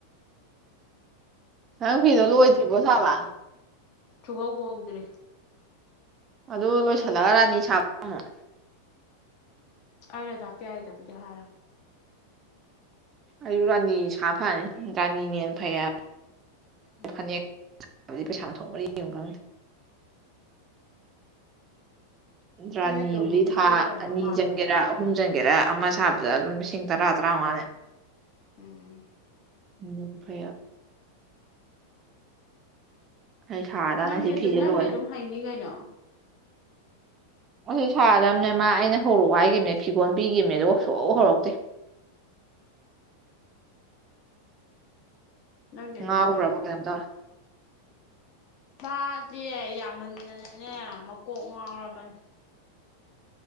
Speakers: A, on the right (about 25°); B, on the left (about 40°).
A: ꯅꯪ ꯐꯤꯗꯣ ꯂꯣꯏꯗ꯭ꯔꯤꯕꯣ ꯁꯥꯕ
B: ꯊꯨꯍꯥꯎꯕ ꯍꯧꯥꯎꯗ꯭ꯔꯦ
A: ꯑꯗꯨ ꯂꯣꯏꯁꯤꯜꯂꯒ ꯔꯥꯅꯤ ꯁꯥꯕ
B: ꯑꯩꯔꯗꯥꯄꯤ ꯌꯥꯔꯤꯗꯕꯨꯗꯤ ꯍꯥꯏꯔ
A: ꯑꯩꯁꯨ ꯔꯥꯅꯤ ꯁꯥ ꯐꯅꯤ ꯔꯥꯅꯤꯅꯦꯅ ꯐꯩꯜꯂ
B: ꯎꯝ
A: ꯐꯅꯦꯛ ꯍꯥꯏꯕꯗꯤ ꯄꯩꯁꯥꯅ ꯊꯣꯡꯕꯗꯤ ꯌꯦꯡ ꯈꯪꯗꯦ ꯔꯅꯤꯗꯤ
B: ꯅꯣꯏ ꯇꯣꯃꯦ ꯅꯨꯄꯤ
A: ꯊꯥ
B: ꯇꯝꯕ
A: ꯑꯅꯤ
B: ꯃꯥꯜꯂꯦ
A: ꯆꯪꯒꯦꯔꯥ ꯍꯨꯝꯖꯤꯟꯒꯦꯔ ꯑꯃ ꯁꯥꯕꯗ ꯑꯗꯨꯝ ꯂꯤꯁꯤꯡ ꯇꯔꯥ ꯇꯔꯥꯃꯉꯥꯅꯦ
B: ꯎꯝ
A: ꯎꯝ ꯐꯌꯥ ꯑꯩ ꯁꯥꯔꯗꯕꯅꯦ
B: ꯅꯪꯗꯤ
A: ꯁꯤ
B: ꯑꯗꯨꯝ
A: ꯐꯤꯁꯦ
B: ꯅꯪꯗꯤ
A: ꯂꯣꯏꯔꯦ
B: ꯑꯗꯨꯝ ꯍꯩꯅꯤ ꯀꯩꯅꯣ
A: <inaudible> ꯑꯁꯤ ꯁꯥꯗꯕꯅꯦ ꯃꯥ ꯑꯩꯅ ꯍꯧꯔꯛ ꯍꯥꯏꯒꯤꯈꯤꯕꯅꯦ ꯐꯤꯒꯣꯜ ꯄꯤꯈꯤꯕꯅꯦ ꯗꯨꯒ ꯁꯨꯍꯧ ꯍꯧꯔꯛꯇꯦ <inaudible>
B: ꯅꯪꯗꯦ ꯑꯗꯨꯝ
A: ꯉꯥꯎꯈ꯭ꯔꯕ
B: ꯐꯩꯅꯤ
A: ꯀꯩꯅꯣꯝ ꯇꯧꯔꯦ
B: ꯃꯥꯗꯤ ꯌꯥꯝꯃꯟꯗꯅꯅꯦ ꯃꯀꯣꯛ ꯉꯥꯎꯔꯕꯅꯦ